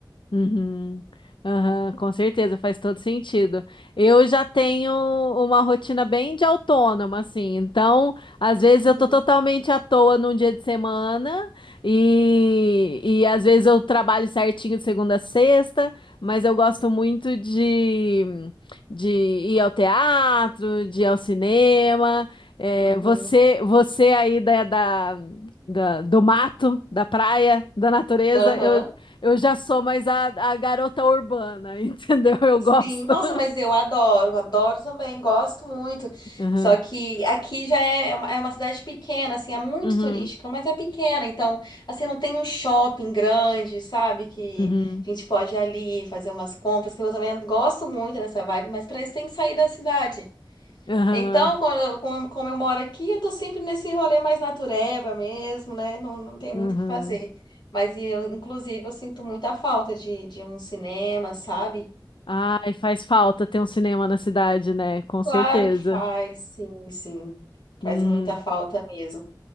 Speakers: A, on the left (about 80°); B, on the left (about 65°).
A: Uhum. Aham, com certeza, faz todo sentido. Eu já tenho uma rotina bem de autônoma, assim, então às vezes
B: Uhum,
A: eu tô totalmente à toa num dia de semana e, e às vezes eu trabalho certinho de segunda a sexta, mas eu gosto muito de, de ir ao teatro, de ir ao cinema. É,
B: uhum.
A: você, você aí da, da- da- do mato, da praia, da natureza.
B: Aham.
A: Eu já sou mais a, a garota urbana, <laughs> entendeu? Eu gosto.
B: Sim, nossa, mas eu adoro, adoro também, gosto muito.
A: Uhum,
B: Só que aqui já é uma, é uma cidade pequena, assim, é muito
A: uhum,
B: turística, mas é pequena, então, assim, não tem um shopping grande, sabe? Que
A: uhum,
B: a gente pode ir ali fazer umas compras, que eu também gosto muito dessa vibe, mas para isso tem que sair da cidade.
A: uhum,
B: Então, quando eu- como, como eu moro aqui, eu tô sempre nesse rolê mais natureba mesmo, né? Não, não tem muito
A: uhum.
B: o que fazer. Mas eu, inclusive, eu sinto muita falta de, de um cinema, sabe?
A: Ai, faz falta ter um cinema na cidade, né? Com
B: Claro
A: certeza.
B: que faz, sim, sim.
A: Uhum,
B: Faz muita falta mesmo.